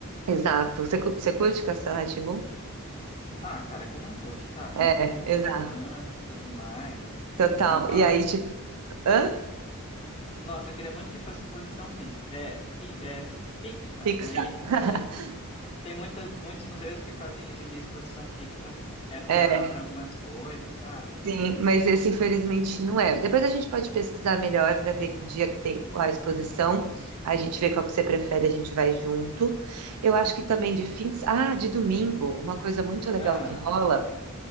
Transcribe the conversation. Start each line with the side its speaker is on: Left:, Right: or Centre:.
Right: exato. Você, cu- você curte Castelo rá tim
Left: Ah, cara, quem não curte, sabe? Marcou
Right: É,
Left: muito
Right: exato.
Left: a infância e tudo mais.
Right: Total.
Left: No- Ah,
Right: E aí, tipo, hã?
Left: Nossa, eu queria muito que fosse exposição física, é, fi, é fixa,
Right: Pixar.
Left: não é isso? Tem sempre,
Right: <laughs>
Left: tem muitas, muitos museus que fazem isso de exposição fixa é para
Right: É,
Left: para algumas coisas, sabe?
Right: Sim, mas esse infelizmente não é. Depois a gente pode pesquisar melhor para ver que dia que tem a exposição. Aí a gente vê qual que você prefere, a gente vai junto. Eu acho que também de fins. Ah, de domingo, uma coisa muito legal
Left: Ah,
Right: que rola